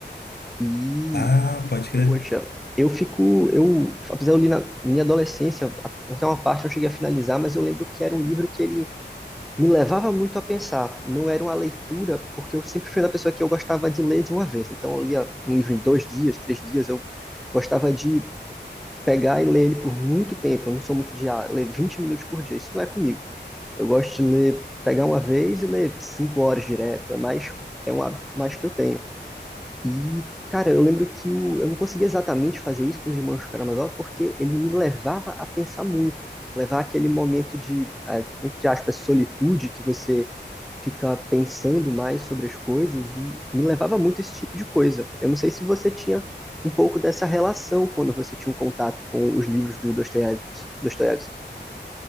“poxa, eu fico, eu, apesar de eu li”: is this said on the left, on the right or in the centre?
Centre